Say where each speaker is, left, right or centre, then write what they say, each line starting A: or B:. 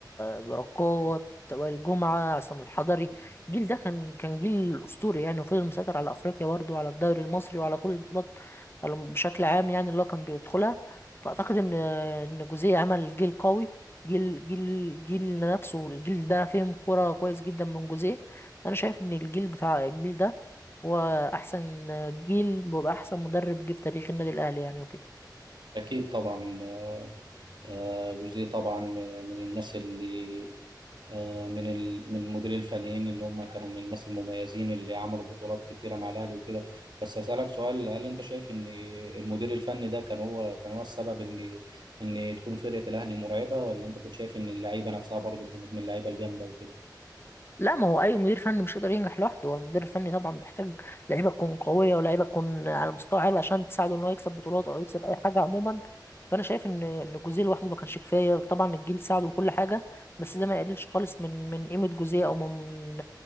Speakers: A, on the left; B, on the right.
A: بركات وائل جمعه عصام الحضري الجيل ده كان كان جيل اسطوري يعني وفضل مسيطر على افريقيا برضه وعلى الدوري المصري وعلى كل البطولات بشكل عام يعني اللي هو كان بيدخلها فاعتقد ان ان جوزيه عمل جيل قوي جيل جيل جيل نفسه الجيل ده فهم كرة كويس جدا من جوزيه انا شايف ان الجيل بتاع الجيل ده هو احسن جيل ويبقى احسن مدرب جه في تاريخ النادي الاهلي يعني وكده
B: أكيد طبعا آه، آه، جزئية طبعا من من الناس اللي آه، من ال... من المديرين الفنيين اللي هم كانوا من الناس المميزين اللي عملوا بطولات كتيرة مع الأهلي وكده بس أسألك سؤال هل أنت شايف إن المدير الفني ده كان هو كان هو السبب إن إن تكون فرقة الأهلي مرعبة ولا أنت كنت شايف إن اللعيبة نفسها برضه كانت من اللعيبة الجامدة وكده؟
A: لا ما هو اي مدير فني مش يقدر ينجح لوحده هو المدير الفني طبعا بيحتاج لعيبه تكون قويه ولاعيبه تكون على مستوى عالي عشان تساعده ان هو يكسب بطولات او يكسب اي حاجه عموما فانا شايف ان ان جوزيه لوحده ما كانش كفايه طبعا الجيل ساعده وكل حاجه بس ده ما يقللش خالص من من قيمه جوزيه او من